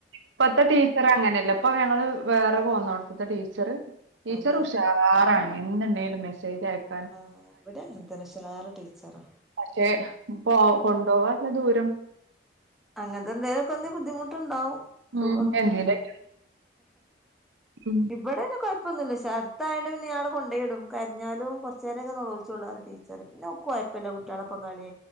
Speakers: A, on the right; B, in the centre.
A: ഇപ്പത്തെ ടീച്ചർ അങ്ങനെയല്ല ഇപ്പൊ ഞങ്ങള് വേറെ പോന്നോട്ത്ത്തെ ടീച്ചറ് ടീച്ചറ്
B: അതെ
A: ഉുഷാറാണ് എന്ത്ണ്ടേലും മെസ്സേജ് അയക്കും
B: ആഹ് ഇവിടെ അങ്ങൻതന്നെ ഉഷാറ് ടീച്ചറാ
A: പക്ഷെ പോ കൊണ്ടോവാള്ള ദൂരം
B: അങ്ങൻത്ത എന്തേലൊക്കൊന്ന് ബുദ്ധിമുട്ട്ണ്ടാവും സുഖം
A: ഉം എന്തേലും ഉം
B: ഇവിടെയ്ന് കൊഴ പ്പൊന്നുല്ല ഷെ ട്ത്തായൊണ്ട് പിന്നെ ഞങ്ങൾ കൊണ്ടയിടും കരഞ്ഞാലും കൊർചേരൊക്കെ നൊലോളിച്ചോളളു പറയും ടീ ച്ചറ് പിന്നോക്കുയ്പ്പല്ല കുട്ട്യേളക്കെ കളി